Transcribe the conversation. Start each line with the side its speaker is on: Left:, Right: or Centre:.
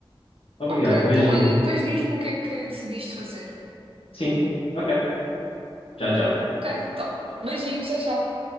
Left: Obrigado,
Right: ok.
Left: um
Right: Então,
Left: beijinho.
Right: olha, depois diz-me o que é que decidiste fazer.
Left: Sim, ok. Tchau, tchau.
Right: Ok, top. Beijinhos, tchau, tchau.